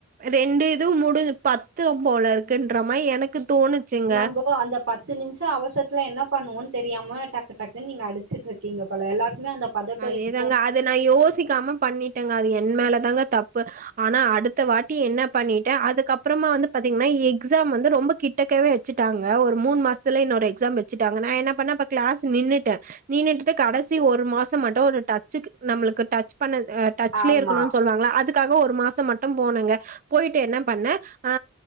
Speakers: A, on the right; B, on the right.
A: ரெண்டு இது முடி பத்து போல இருக்குன்ற மாதிரி எனக்கு தோணுச்சுங்க.
B: நம்போ அந்த பத்து நிமிஷம் அவசரத்துல என்ன பண்ணுவோன்னு தெரியாம டக்குன்னு நீங்க அடிச்சட்டு இருக்கீங்க போல எல்லாருக்குமே அந்த பதட்டோ
A: அதேதாங்க
B: இருக்கு
A: அதை நான் யோசிக்காம பண்ணிட்டேங்க அது என் மேல தாங்க தப்பு ஆனா அடுத்த வாட்டி என்ன பண்ணிட்டேன் அதுக்கப்பறமா வந்து பாத்திங்கன்னா எக்ஸாம் வந்து ரொம்ப கிட்டக்கவே வெச்சுட்டாங்க ஒரு மூணு மாசத்துலே இன்னொரு எக்ஸாம் வெச்சுட்டாங்க நான் என்ன பண்ணுனேன் கிளாஸ் நின்னுட்டேன் நின்னுட்டு கடைசி ஒரு மாசம் மட்டும் ஒரு டச்சு நம்மளுக்கு டச் பண்ண டச்லே
B: ஆமா
A: இருக்கணும்னு சொல்வாங்க அதுக்கு காக ஒரு மாசம் மட்டும் போனேங்க போயிட்டு என்ன பண்னேன் ஆ